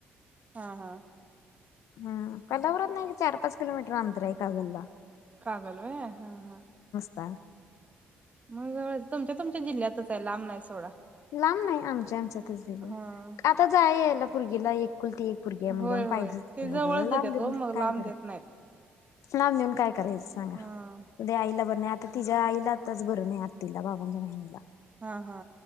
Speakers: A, on the right; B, on the left.
A: हा हा
B: हम कदापुरात नाही चार पाच किलोमीटर अंतर आहे कागलला
A: कागल वा हा हा
B: कत्ता
A: मग जवळचं तुमच्या तुमच्या जिल्ह्यातच आहे लांबना आहे सोडा
B: लांब नाही आमच्या आमच्यातच दिल्या
A: हा
B: आता जाय यायला भर्गीला एक कुलती एक पोरगी आहे म्हणल्यावर
A: होय होय,
B: पाहिजेच
A: ते
B: की
A: जवळच
B: ओ जवळ लांब
A: देतेत
B: देऊन
A: हो मग
B: काय
A: लांब
B: करत
A: देत नाहीत.
B: लांब देऊन काय करायचे सांगा.
A: हा
B: उद्या आईला बरं नाही, आता तिच्या आईला आताच बरं नाही, आत तिला बाबांच्या महिनला
A: हा हा.